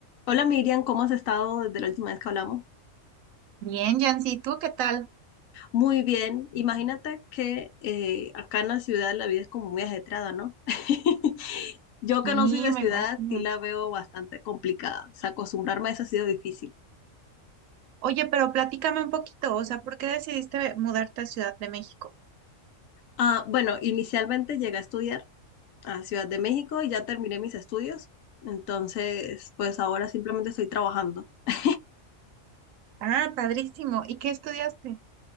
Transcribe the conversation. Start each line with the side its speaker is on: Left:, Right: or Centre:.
Left: Hola Miriam, ¿cómo has estado desde la última vez que hablamos?
Right: Bien, Yancy, ¿y ¿tú qué tal?
Left: Muy bien, imagínate que eh, acá en la ciudad la vida es como muy ajetreada, ¿no? <laughs> Yo
Right: Sí,
Left: que no soy de
Right: me
Left: ciudad,
Right: imagino.
Left: sí la veo bastante complicada, o sea, acostumbrarme a eso ha sido difícil.
Right: Oye, pero platícame un poquito, o sea, ¿por qué decidiste mudarte a Ciudad de México?
Left: Ah, bueno, inicialmente llegué a estudiar a Ciudad de México y ya terminé mis estudios, entonces pues ahora simplemente estoy trabajando. <laughs>
Right: Ah, padrísimo. ¿Y qué estudiaste?